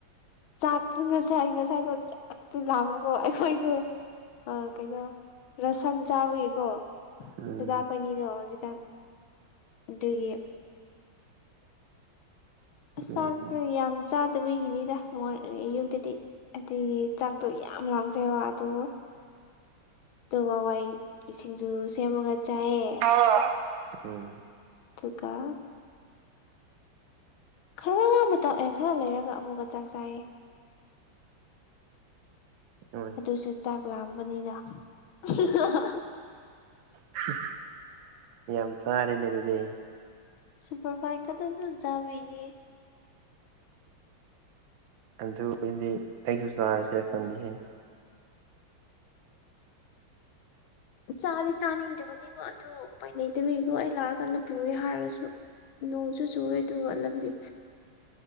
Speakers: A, on the left; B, on the right.
A: ꯆꯥꯛꯇꯨ ꯉꯁꯥꯏ ꯉꯁꯥꯏꯗꯣ ꯆꯥꯛꯇꯨ ꯂꯥꯝꯕꯀꯣ ꯑꯩꯈꯣꯏꯗꯣ ꯑ ꯀꯩꯅꯣ ꯔꯁꯟ ꯆꯥꯕꯒꯤꯀꯣ
B: ꯎꯝ
A: ꯗꯗꯥ ꯑꯩꯈꯣꯏꯅꯤꯗꯣ ꯍꯧꯖꯤꯛꯀꯥꯟ ꯑꯗꯨꯒꯤ ꯆꯥꯛꯇꯣ
B: ꯎꯝ
A: ꯌꯥꯝ ꯆꯥꯗꯕꯒꯤꯅꯤꯗ ꯑꯌꯨꯛꯇꯗꯤ ꯑꯗꯨꯒꯤ ꯆꯥꯛꯇꯣ ꯌꯥꯝ ꯂꯥꯎꯈ꯭ꯔꯦꯕ ꯑꯗꯣ ꯑꯗꯨꯒ ꯍꯋꯥꯏ ꯁꯤꯡꯖꯨ ꯁꯦꯝꯃꯒ ꯆꯥꯏꯑꯦ
B: ꯑ ꯎꯝ
A: ꯑꯗꯨꯒ ꯈꯔ ꯑꯃ ꯇꯛꯑꯦ ꯈꯔ ꯂꯩꯔꯒ ꯑꯃꯨꯛꯀ ꯆꯥꯛ ꯆꯥꯏꯌꯦ
B: ꯍꯣꯏ
A: ꯑꯗꯨꯁꯨ ꯆꯥꯛ ꯂꯥꯝꯕꯅꯤꯗ <unintelligible>
B: <unintelligible> ꯌꯥꯝ ꯆꯥꯔꯦꯅꯦ ꯑꯗꯨꯗꯤ
A: ꯁꯨꯄꯔ ꯐꯥꯏꯟ ꯈꯛꯇꯁꯨ ꯑꯗꯨ ꯆꯥꯕꯤꯅꯤ
B: ꯑꯗꯨꯗꯤ ꯑꯩꯁꯨ ꯆꯥꯁꯤꯔ ꯈꯡꯗꯦ ꯍꯦ <inaudible>
A: ꯆꯥꯗꯤ ꯆꯥꯅꯤꯡꯗꯕꯅꯦꯕ ꯑꯗꯨ ꯎꯄꯥꯏ ꯂꯩꯇꯕꯒꯤꯀꯣ ꯑꯩ ꯂꯥꯛꯔꯀꯥꯟꯗ ꯄꯨꯒꯦ ꯍꯥꯏꯔꯁꯨ ꯅꯣꯡꯁꯨꯨ ꯆꯨꯋꯦ ꯑꯗꯨꯒ ꯂꯝꯕꯤ